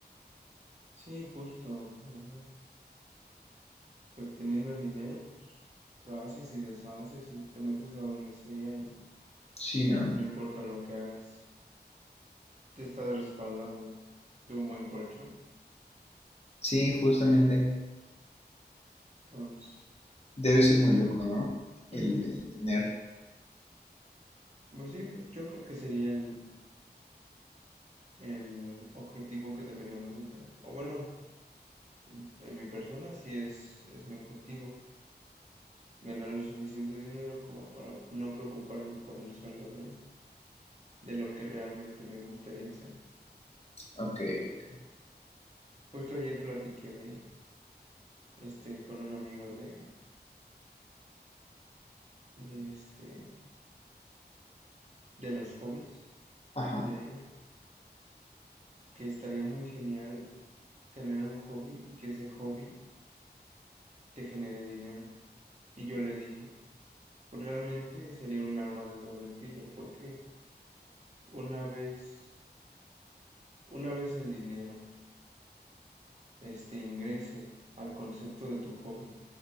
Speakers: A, on the right; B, on the left.
A: Sí, justo. O sea, pues teniendo el dinero, pues pues, haces y deshaces y te metes a donde sea y
B: Sí, ¿no?
A: pues, no importa lo que hagas. Te estás respaldado de un buen colchón.
B: Sí, justamente.
A: Entonces,
B: Debe ser muy loco, ¿no?
A: <clears throat>
B: El, el tener.
A: pues sí, pues yo creo que sería el, el objetivo que deberíamos de tener. O bueno, en mi persona sí es, es mi objetivo. ganar el suficiente dinero como para no preocuparme por el sueldo del, de lo que realmente me gustaría hacer.
B: Ok, ok.
A: Justo ayer platiqué de este con un amigo de, de este de los hobbies,
B: Ajá.
A: de que estaría muy genial tener un hobby y que ese hobby te genere dinero. Y yo le dije, pues realmente sería un arma de doble filo, porque una vez, una vez el dinero este ingrese al concepto de tu hobby